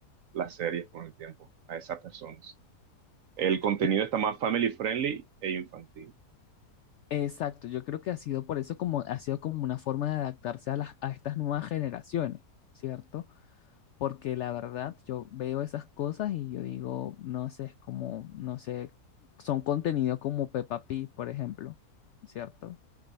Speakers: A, on the right; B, on the left.
A: las series con el tiempo a esas personas. El contenido
B: E-
A: está más family friendly e infantil.
B: Exacto, yo creo que ha sido por eso como, ha sido como una forma de adaptarse a las, a estas nuevas generaciones, ¿cierto? porque la verdad yo veo esas cosas y yo digo, no sé, es como, no sé, son contenido como Peppa Pig, por ejemplo, ¿cierto?